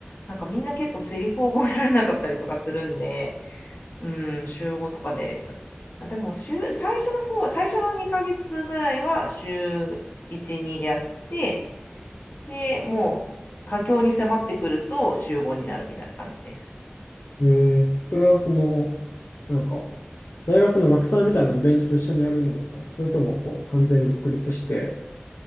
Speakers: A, on the left; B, on the left.
A: なんかみんな結構セリフを覚えられなかったりとかするんで、うん、週5とかで、あでも週、最初の方、最初の2ヶ月ぐらいは週1、2でやって、で、もう佳境に迫ってくると週5になるみたいな感じです。
B: えー、それはその、なんか、大学の学祭みたいなイベントと一緒にやるんですかねそれともこう完全に独立して、